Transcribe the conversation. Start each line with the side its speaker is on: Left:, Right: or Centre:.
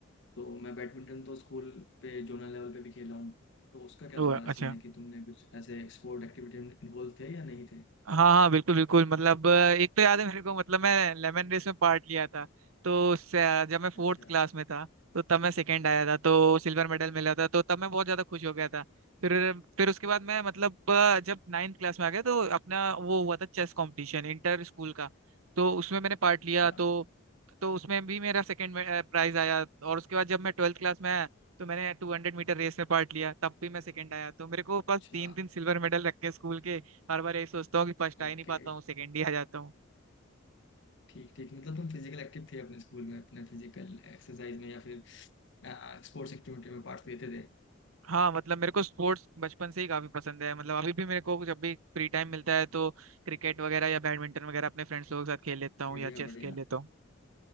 Left: तो मैं बैडमिंटन तो स्कूल पे जोनल लेवल पे भी खेला हूँ तो उसका क्या
Right: ओ,
Left: तुम्हारा
Right: अच्छा
Left: सीन है कि तुमने कुछ ऐसे स्पोर्ट एक्टिविटी में इन्वॉल्व थे या नहीं थे
Right: हाँ हाँ बिल्कुल बिल्कुल मतलब एक तो याद है मेरे को मतलब मैं लेमन रेस में पार्ट लिया था तो से- जब मैं फोर्थ
Left: अच्छा
Right: क्लास में था तो तब मैं सेकंड आया था तो सिल्वर मेडल मिला था तो तब मैं बहुत ज्यादा खुश हो गया था फिर फिर उसके बाद मैं मतलब अ, जब नाइन्थ क्लास में आ गया तो अपना वो हुआ था चेस कंपटीशन इंटर स्कूल का तो उसमें मैंने पार्ट लिया
Left: अच्छा
Right: तो तो उसमें भी मेरा सेकंड प्राइज आया और उसके बाद जब मैं ट्वेल्थ क्लास में आया तो मैंने टू हंड्रेड मीटर रेस में पार्ट लिया तब भी मैं सेकंड आया तो मेरे को बस
Left: अच्छा
Right: तीन तीन सिल्वर मेडल रख के स्कूल के हर बार यही सोचता हूँ कि फर्स्ट आ
Left: ओके
Right: ही नहीं पाता हूँ सेकेंड ही आ जाता हूँ
Left: ठीक ठीक मतलब तुम फिजिकल एक्टिव थे अपने स्कूल में अपने फिजिकल एक्सरसाइज में या फिर स्पोर्ट्स एक्टिविटी में पार्ट लेते थे
Right: हाँ मतलब मेरे को स्पोर्ट्स बचपन से ही काफी पसंद है मतलब अभी भी मेरे को जब भी फ्री टाइम मिलता है तो क्रिकेट वगैरह या बैडमिंटन वगैरह अपने फ्रेंड्स लोगों के साथ खेल लेता हूँ
Left: बढ़िया
Right: या चेस
Left: बढ़िया
Right: खेल लेता हूँ